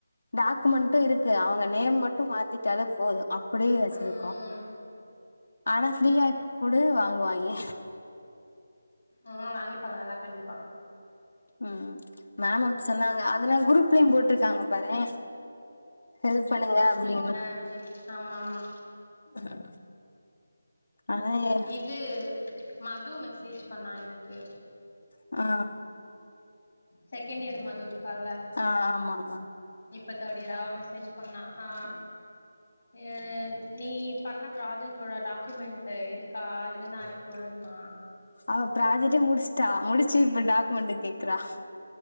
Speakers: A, on the left; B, on the left.
A: டாக்குமெண்டு இருக்கு அவங்க நேம் மட்டு மாத்திட்டாலே போது அப்படியே வச்சிரு
B: ம்
A: ஆனா ஃப்ரீயா குடு வாங்குவாய்ங்க
B: ம் வாங்கிப்பாங்க அதால கண்டிப்பா
A: ம் மேம் அப்படி சொன்னாங்க அதனா குரூப்லயு போட்டிருக்காங்க பார்றே ஹெல்ப் பண்ணுங்க அப்படின்னு
B: அப்டின் ஆமா ஆமா
A: ஆ அகாங்க
B: இது மது மெசேஜ் பண்ணா எனக்கு
A: ஆ
B: செகண்ட் இயர் மது இருக்கால
A: ஆ ஆமா ஆமா
B: இப்ப தேடியர் அவ மெசேஜ் பண்ணா ஆ அ நீ பண்ண ப்ராஜெக்ட்டோட டாக்குமெண்ட் இருக்கா இருந்தா அனுப் வுடுண்ணா
A: அவ ப்ராஜட்ட முடிச்சுட்டா முடிச்சு இப்ப டாக்குமெண்ட் கேக்குறா